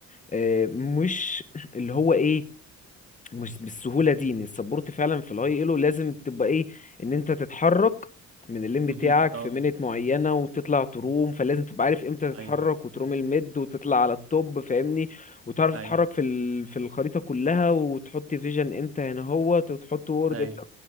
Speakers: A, on the left; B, on the right.
A: آه، مش اللي هو ايه مش بالسهولة دي ان السبورت فعلا في الهاي ايلو لازم تبقى ايه ان انت تتحرك من اللين بتاعك
B: مهم. اه
A: في منت معينة وتطلع تروم فلازم تبقى عارف امتى تتحرك
B: ايوه
A: وتروم الميد وتطلع على التوب فاهمني وتعرف
B: ايوه
A: تتحرك في ال... في الخريطة كلها وتحط فيجن امتى هنا هو وتحط وورد
B: ايوه
A: امتى